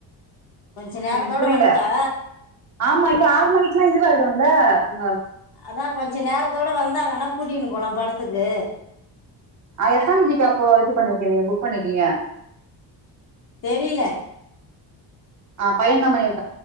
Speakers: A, on the left; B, on the right.
A: கொஞ்ச நேரத்தோட
B: என்னன் புரில
A: வந்ட்டா
B: ஆமா இல்ல ஆறு மணிக் ஃபுல்லா இதுவாய்டும்ல ஆ
A: அதா கொஞ்ச நேரத்தோட வந்தாங்கன்னா கூட்டினு போலா படத்துக்கு
B: ஆ எத்த மணிக்கி அப்போ இது புக் பண்ணிருக்கீங்க நீங்க புக் பண்ணிருக்கீங்க
A: தெரில
B: ஆ பையன்தா பண்ணிரு